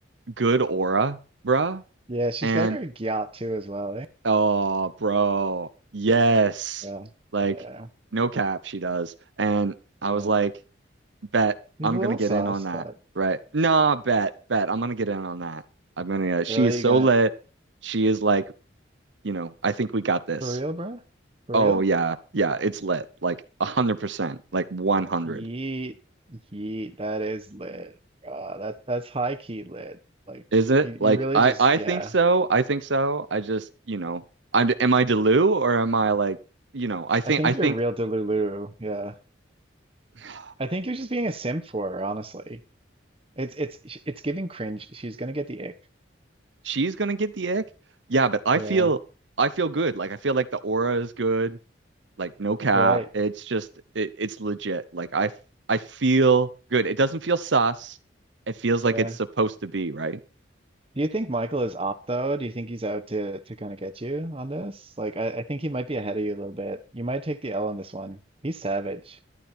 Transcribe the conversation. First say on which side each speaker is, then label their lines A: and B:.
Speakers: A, on the right; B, on the right.
A: good aura, bruh.
B: Yeah, she's
A: And
B: got a great yacht too as well, eh?
A: oh, bro, yes.
B: Yeah.
A: Like,
B: Yeah.
A: no cap, she does. And I
B: Yeah.
A: was like, bet
B: He's
A: I'm
B: a little
A: gonna get
B: sauce,
A: in on that,
B: but
A: right? Nah, bet, bet I'm gonna get in on that. I'm gonna, uh, she
B: really
A: is so
B: you gonna
A: lit. She is like, you know, I think we got this.
B: for real, bro? For
A: Oh
B: real?
A: yeah, yeah, it's lit. Like a hundred percent. Like one hundred.
B: Yeet. Yeet. That is lit. Uh that that's high key lit. Like
A: Is it?
B: you you
A: Like
B: really
A: I
B: just
A: I
B: yeah.
A: think so. I think so. I just, you know, I'm am I Delu or am I like, you know, I think
B: I think
A: I
B: you're
A: think
B: a real Delulu. Yeah.
A: <sighs>
B: I think you're just being a simp for her, honestly. It's it's it's giving cringe. She's gonna get the ick.
A: she's gonna get the ick. Yeah, but I
B: Yeah.
A: feel I feel good. Like I feel like the aura is good. Like no cap.
B: Right.
A: It's just it, it's legit. Like I f- I feel good. It doesn't feel sus. It feels
B: Yeah.
A: like it's supposed to be, right?
B: Do you think Michael is up though? Do you think he's out to to kind of get you on this? Like I, I think he might be ahead of you a little bit. You might take the L on this one. He's savage.